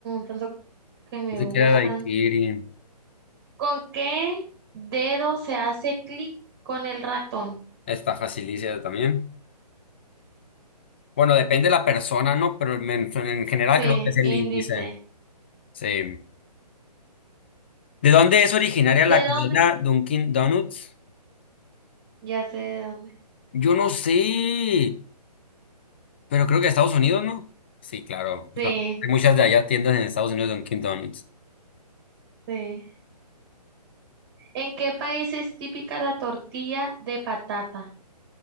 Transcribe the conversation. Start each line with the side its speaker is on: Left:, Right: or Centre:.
Right: tanto que me
Left: No sé
Right: gustan.
Left: qué era daiquiri.
Right: ¿Con qué dedo se hace clic con el ratón?
Left: Está facilísima también. Bueno, depende de la persona, ¿no? Pero en, en general
Right: Sí,
Left: creo que es el
Right: índice.
Left: índice. Sí. ¿De dónde es originaria
Right: ¿De
Left: la cadena
Right: dónde?
Left: Dunkin' Donuts?
Right: Ya sé de dónde.
Left: Yo no sé, pero creo que de Estados Unidos, ¿no? Sí, claro.
Right: Sí,
Left: O sea, hay muchas de allá tiendas en Estados Unidos de Dunkin' Donuts.
Right: sí. ¿En qué país es típica la tortilla de patata?